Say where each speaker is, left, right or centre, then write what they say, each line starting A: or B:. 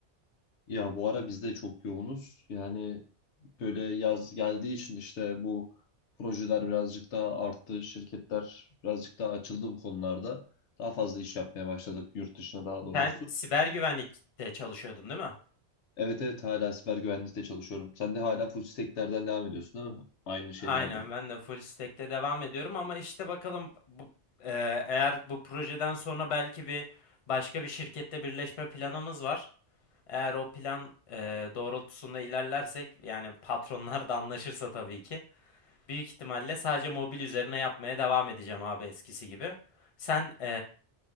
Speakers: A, on the left; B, on the left.
A: Ya bu ara biz de çok yoğunuz. Yani böyle yaz geldiği için işte bu projeler birazcık daha arttı. Şirketler birazcık daha açıldı bu konularda. Daha fazla iş yapmaya başladık yurt dışına daha doğrusu.
B: Sen siber güvenlikte çalışıyordun değil mi?
A: Evet evet hala siber güvenlikte çalışıyorum. Sen de hala full stack'lerden devam ediyorsun değil mi? Aynı şeylerden.
B: Aynen ben de full stack'te devam ediyorum ama işte bakalım bu, e, eğer bu projeden sonra belki bir başka bir şirkette birleşme planımız var. Eğer o plan e, doğrultusunda ilerlersek yani patronlar da anlaşırsa tabii ki büyük ihtimalle sadece mobil üzerine yapmaya devam edeceğim abi eskisi gibi. Sen e,